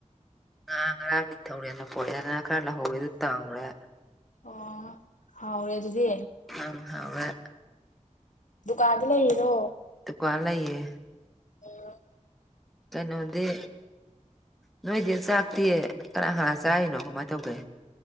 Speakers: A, in the centre; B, on the left.
A: ꯉꯔꯥꯡ ꯉꯔꯥꯡ ꯅꯤꯡꯊꯧꯔꯦꯅ ꯄꯣꯔꯛꯦ ꯉꯥꯡ ꯈꯔ ꯂꯧꯍꯧꯋꯦ ꯑꯗꯨ ꯇꯥꯎꯔꯦ
B: ꯑꯣ ꯍꯥꯎꯔꯦ ꯑꯗꯨꯗꯤ
A: ꯎꯝ ꯍꯥꯎꯔꯦ
B: ꯗꯨꯀꯥꯟ ꯎ ꯂꯩꯔꯣ
A: ꯗꯨꯀꯥꯟ ꯂꯩꯌꯦ
B: ꯗ
A: ꯀꯩꯅꯣꯗꯤ ꯅꯣꯏꯗꯤ ꯆꯥꯛꯇꯤ ꯀꯅꯥ ꯍꯥꯟ ꯆꯥꯔꯤꯅꯣ ꯀꯃꯥꯏꯅ ꯇꯧꯒꯦ